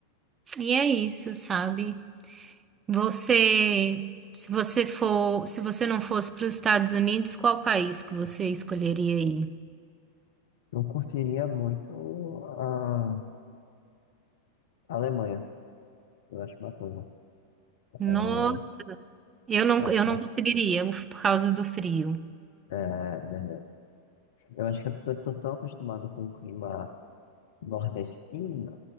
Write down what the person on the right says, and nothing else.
e é isso, sabe? Você, se você for, se você não fosse para os Estados Unidos, qual país que você escolheria aí?
No, eu não,
eu não conseguiria, uf, por causa do frio.